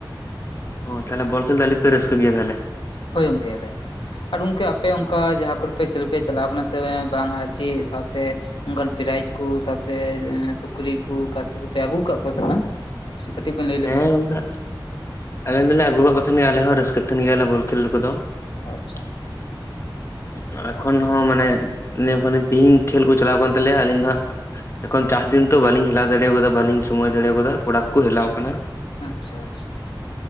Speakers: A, on the left; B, on the left.
A: ᱚ ᱛᱟᱦᱚᱞᱮ ᱵᱚᱞ ᱠᱷᱮᱞ ᱫᱚ ᱟᱹᱰᱤ ᱯᱮ ᱨᱟᱹᱥᱠᱟᱹᱜ ᱜᱮᱭᱟ ᱛᱟᱦᱞᱮ?
B: ᱦᱳᱭ ᱜᱚᱝᱠᱮ ᱟᱞᱮ ᱟᱫᱚ ᱟᱨ ᱜᱚᱝᱠᱮ ᱟᱯᱮ ᱚᱱᱠᱟ ᱡᱟᱦᱟᱸ ᱠᱚᱨᱮᱯᱮ ᱠᱷᱮᱞ ᱯᱮ ᱪᱟᱞᱟᱣ ᱠᱟᱱᱟ ᱥᱮ ᱵᱟᱝ ᱟᱨ ᱪᱮᱫ ᱥᱟᱶᱛᱮ ᱚᱱᱠᱟᱱ ᱯᱨᱟᱭᱤᱡ ᱠᱚ ᱥᱟᱶᱛᱮ ᱥᱩᱠᱨᱤ ᱠᱚ ᱠᱟᱥᱤ ᱠᱚᱯᱮ ᱟᱹᱜᱩ ᱟᱠᱟᱫ ᱠᱚᱣᱟ ᱥᱮ ᱵᱟᱝ? ᱟᱪᱪᱷᱟ ᱠᱟᱹᱴᱤᱡ ᱵᱮᱱ ᱞᱟᱹᱭ
A: ᱦᱮᱸ
B: ᱞᱮᱠᱷᱟᱱ
A: ᱜᱚᱝᱠᱮ ᱟᱞᱮ ᱫᱚᱞᱮ ᱟᱹᱜᱩ ᱟᱠᱟᱜ ᱠᱚ ᱛᱟᱦᱮᱱ ᱟᱞᱮ ᱦᱚᱸ ᱨᱟᱹᱥᱠᱟᱹᱜ ᱛᱟᱦᱮᱱ ᱜᱮᱭᱟᱞᱮ ᱵᱚᱞ ᱠᱷᱮᱞ ᱠᱚᱫᱚ ᱾
B: ᱟᱪᱪᱷᱟ
A: <inaudible> <inaudible> ᱮᱠᱷᱚᱱ ᱦᱚᱸ ᱢᱟᱱᱮ ᱞᱟᱭᱟ. ᱢ ᱠᱟ. ᱱᱟ. ᱧ ᱛᱮᱦᱤᱧ ᱠᱷᱮᱞ ᱠᱚ ᱪᱟᱞᱟᱣ ᱟᱠᱟᱱ ᱛᱟᱞᱮᱭᱟ ᱾ ᱟᱹᱞᱤᱧ ᱫᱚ ᱦᱟᱸᱜ ᱮᱠᱷᱚᱱ ᱪᱟᱥ ᱫᱤᱱ ᱛᱚ ᱵᱟᱹᱞᱤᱧ ᱦᱮᱞᱟᱣ ᱫᱟᱲᱮ ᱟᱠᱟᱫᱟ ᱵᱟᱹᱞᱤᱧ ᱥᱚᱢᱚᱭ ᱫᱟᱲᱮ ᱟᱠᱟᱫᱟ ᱠᱚᱲᱟ ᱠᱚ ᱦᱮᱞᱟᱣ ᱟᱠᱟᱱᱟ ᱾
B: ᱟᱪᱪᱷᱟ ᱟᱪᱪᱷᱟ ᱾